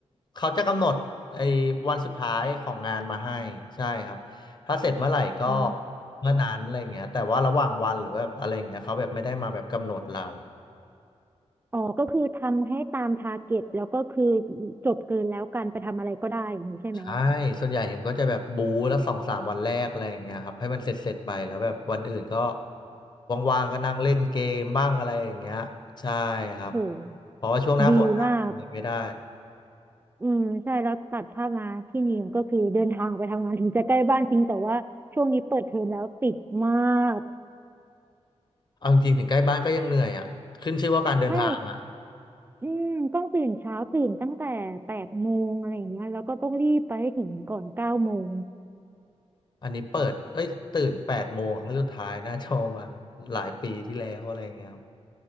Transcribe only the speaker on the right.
อ๋อ
อ๋อก็คือทำให้ตามทาร์เก็ตแล้วก็คือจบเกินแล้วกันไปทำอะไรก็ได้อย่างนี้ใช่ไหม
โห
ดีมากอืมใช่แล้วตัดภาพมาพี่นิมก็คือเดินทางออกไปทำงานถึงจะใกล้บ้านจริงแต่ว่าช่วงนี้เปิดเทอมแล้วติดมาก
ใช่อืมต้องตื่นเช้าตื่นตั้งแต่แปดโมงอะไรอย่างเงี้ยแล้วก็ต้องรีบไปให้ถึงก่อนเก้าโมง